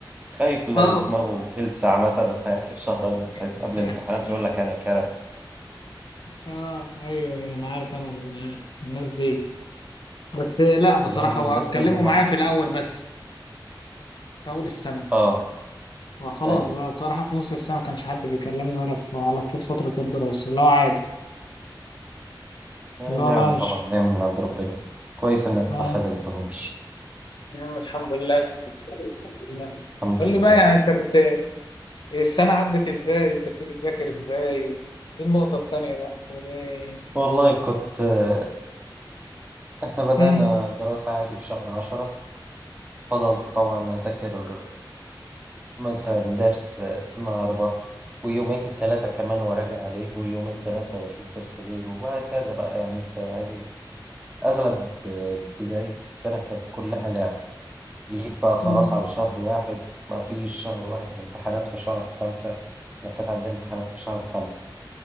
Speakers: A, on the right (about 15°); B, on the left (about 65°).
A: خايف لا
B: اه
A: دماغه تلسع مثلا في آخر شهر الامتحان-
B: <laughs>
A: قبل الامتحانات يقول لك أنا كرف
B: اه ايوه ايوه انا عارف انا ال- الناس دي بس لا بصراحة
A: هم
B: هو
A: الناس
B: اتكلموا
A: دول هم
B: معايا
A: إحنا
B: في الاول بس في اول السنة
A: آه
B: فخلاص
A: أيوة
B: بقى بصراحة في نص السنة ما كانش حد بيكلمني ولا في على طول فترة الدراسة اللي هو عادي
A: آه،
B: اللي
A: نعمة
B: هو بقى مش
A: طبعا نعمة من عند ربنا كويس إنك
B: اه
A: ما خذلتهمش
B: مم، الحمد لله الحمد لله
A: الحمد
B: قول لي
A: لله
B: بقى يعني انت كنت السنة عدت ازاي وكنت بتذاكر ازاي دي النقطة التانية بقى ودي
A: والله كنت آه، إحنا بدأنا
B: مم.
A: دراسة عادي في شهر عشرة فضلت طبعا أذاكر مثلا درس النهاردة ويومين ثلاثة كمان وراجع عليه ويومين ثلاثة وأشوف درس غيره وهكذا بقى يعني أنت إيه، أغلب بداية السنة كانت كلها لعب جيت بقى خلاص
B: مم.
A: على شهر واحد ما فيش شهر واحد الامتحانات في شهر خمسة إحنا كانت عندنا امتحانات في شهر خمسة